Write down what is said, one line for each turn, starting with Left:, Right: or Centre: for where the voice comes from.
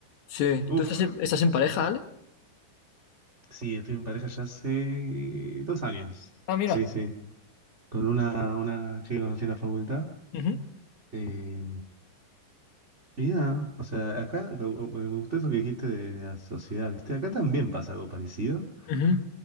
Left: sí,
Right: Uf.
Left: ¿tú estás en, estás en pareja, Ale?
Right: Sí, estoy en pareja ya hace dos años.
Left: Ah, mira.
Right: Sí, sí. Con una, una chica que conocí en la facultad.
Left: Ujú.
Right: Eh, y nada, o sea, acá lo- me me gustó eso que dijiste de, de la sociedad, ¿viste? Acá también pasa algo parecido,
Left: Ujú.